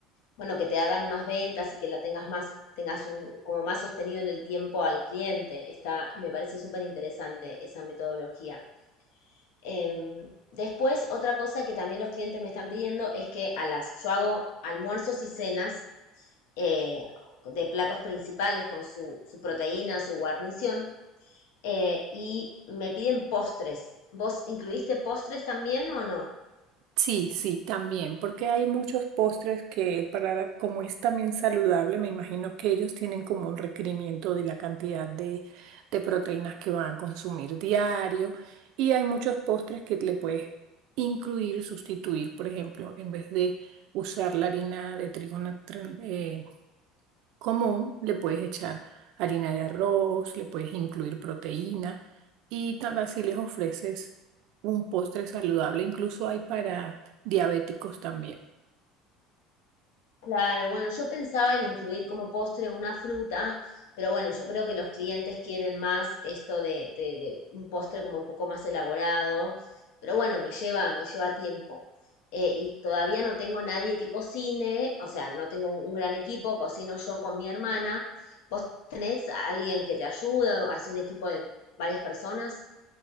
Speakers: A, on the left; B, on the right.
A: bueno, que te hagan más ventas y que la tengas más, tengas un, como más sostenido en el tiempo al cliente. Está, me parece súper interesante esa metodología. Em, después, otra cosa que también los clientes me están pidiendo es que a las, yo hago almuerzos y cenas eh, de platos principales con su, su proteína, su guarnición, eh, y me piden postres. ¿Vos incluiste postres también o no?
B: Sí, sí, también, porque hay muchos postres que para, como es también saludable, me imagino que ellos tienen como un requerimiento de la cantidad de, de proteínas que van a consumir diario y hay muchos postres que le puedes incluir, sustituir, por ejemplo, en vez de usar la harina de trigo na- tran- eh, común, le puedes echar harina de arroz, le puedes incluir proteína y también así les ofreces un postre saludable. Incluso hay para diabéticos también.
A: Claro, bueno, yo pensaba en incluir como postre una fruta, pero bueno, yo creo que los clientes quieren más esto de, de- de un postre como un poco más elaborado, pero bueno, me lleva, me lleva tiempo. Eh, y todavía no tengo nadie que cocine, o sea, no tengo un, un gran equipo, cocino yo con mi hermana. ¿Vos tenés a alguien que te ayude o hace un equipo de varias personas?